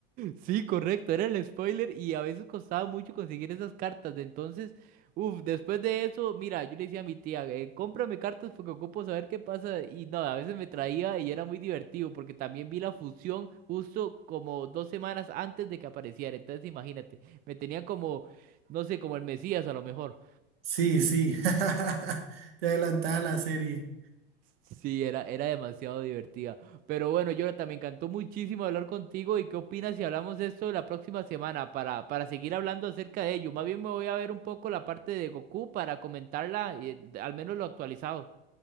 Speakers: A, on the right; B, on the right.
A: Sí, correcto, era el spoiler y a veces costaba mucho conseguir esas cartas. Entonces, uff, después de eso, mira, yo le decía a mi tía, eh, cómprame cartas porque ocupo saber qué pasa. Y no, a veces me traía y era muy divertido porque también vi la fusión justo como dos semanas antes de que apareciera. Entonces, imagínate, me tenía como, no sé, como el Mesías a lo mejor.
B: Sí, sí. <laughs> Te adelantaba la serie.
A: Sí, era, era demasiado divertida. Pero bueno, Jonathan, me encantó muchísimo hablar contigo. ¿Y qué opinas si hablamos de esto la próxima semana para, para seguir hablando acerca de ello? Más bien me voy a ver un poco la parte de Goku para comentarla, eh, al menos lo actualizado.